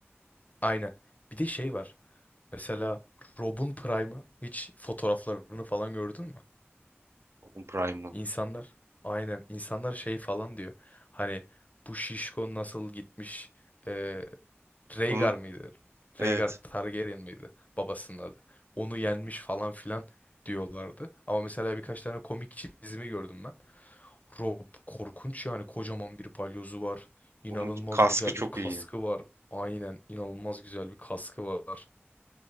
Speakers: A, on the left; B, on the right.
A: Aynen. Bir de şey var. Mesela Rob'un Prime'ı hiç fotoğraflarını falan gördün mü?
B: Onun Prime mı?
A: İnsanlar aynen insanlar şey falan diyor. Hani bu Şişko nasıl gitmiş e, Rhaegar
B: Onun,
A: mıydı?
B: evet.
A: Rhaegar Targaryen mıydı? Babasının adı. Onu yenmiş falan filan diyorlardı. Ama mesela birkaç tane komik çizimi gördüm ben. Rob korkunç yani kocaman bir balyozu var. İnanılmaz
B: Onun kaskı
A: güzel
B: çok
A: bir kaskı
B: iyi.
A: var. Aynen inanılmaz güzel bir kaskı var.